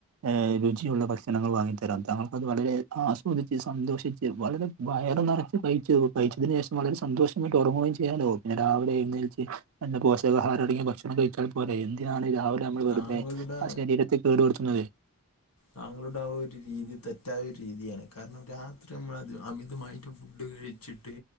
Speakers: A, on the right; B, on the left.
A: ഏഹ് രുചിയുള്ള ഭക്ഷണങ്ങൾ വാങ്ങിത്തരാം. താങ്കൾക്കത് വളരെ ആസ്വദിച്ച് സന്തോഷിച്ച് വളരെ വയറ് നെറച്ച് കഴിച്ചു കഴിച്ചതിനു ശേഷം വളരെ സന്തോഷമായിട്ട് ഒറങ്ങുകയും ചെയ്യാലോ പിന്നെ രാവിലെ എഴുന്നേൽച്ച് നല്ല പോഷകഹാരംഅടങ്ങിയ ഭക്ഷണം കഴിച്ചാൽ പോരെ, എന്തിനാണ് രാവിലെ ഞമ്മള് വെറുതെ
B: താങ്കളുടെ
A: ആ ശരീരത്തെ കേടു വെരുത്തുന്നത്
B: താങ്കളുടെ ആ ഒരു രീതി തെറ്റായ ഒരു രീതിയാണ്. കാരണം രാത്രി നമ്മളധി അമിതമായിട്ട് ഫുഡ് കഴി ചിട്ട്